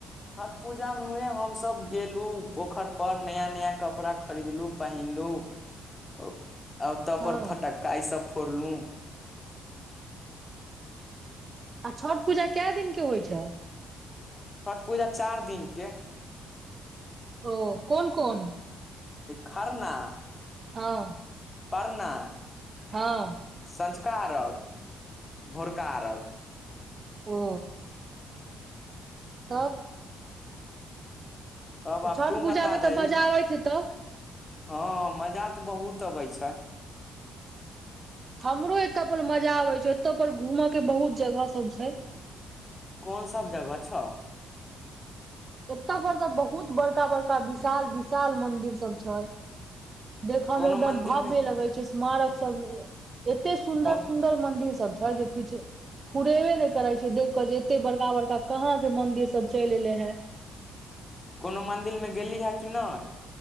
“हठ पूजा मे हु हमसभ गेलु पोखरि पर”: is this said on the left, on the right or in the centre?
Left